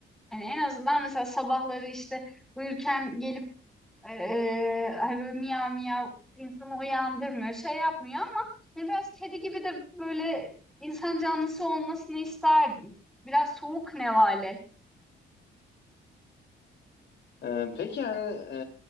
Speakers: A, in the centre; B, on the left.
A: Hani en azından mesela sabahları işte uyurken gelip ee, hani böyle miyav miyav insanı uyandırmıyor, şey yapmıyor ama hani biraz kedi gibi de böyle insan canlısı olmasını isterdim. Biraz soğuk nevale.
B: E, peki yani e,